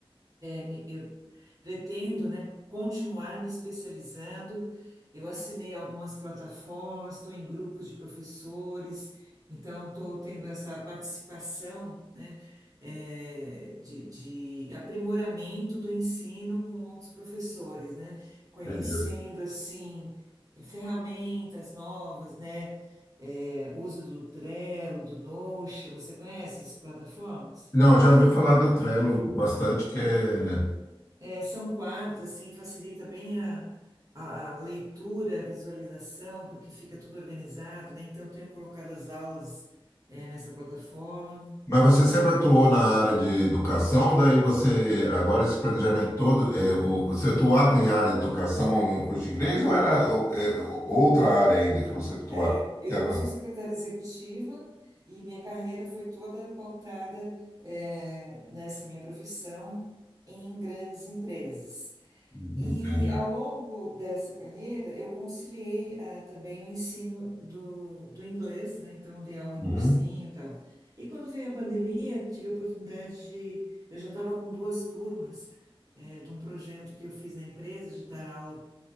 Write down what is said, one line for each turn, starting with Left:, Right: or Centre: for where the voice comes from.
Right: me- Eu pretendo, né, continuar me especializando. Eu assinei algumas plataformas, estou em grupos de professores, então estou tendo essa participação, né, eh, de, de aprimoramento do ensino com outros professores, né, conhecendo
Left: Entendi.
Right: assim eh, ferramentas novas, né, eh, uso do Trello, do Notion. Você conhece essas plataformas?
Left: Não, eu já ouvi falar do Trello bastante, que é...
Right: É, são quadros, assim, facilita bem a, a leitura, a visualização, porque fica tudo organizado, né? Então, eu tenho colocado as aulas, é, nessa plataforma.
Left: Mas você sempre atuou na área de educação, daí você, agora esse planejamento todo, é, o- você atuava em área de educação no curso de inglês ou era o- é, o- outra área ainda que você atuava?
Right: É, Eu
Left: Aquela-
Right: sou secretária executiva e minha carreira foi toda pautada, é, nessa minha profissão em grandes empresas.
Left: Entendi.
Right: E ao longo dessa carreira, eu conciliei ah, também o ensino do, do inglês, né? Então, eu dei aula em
Left: Uhum.
Right: cursinho e tal. E quando veio a pandemia, tive a oportunidade de. Eu já estava com duas turmas eh, de um projeto que eu fiz na empresa, de dar aula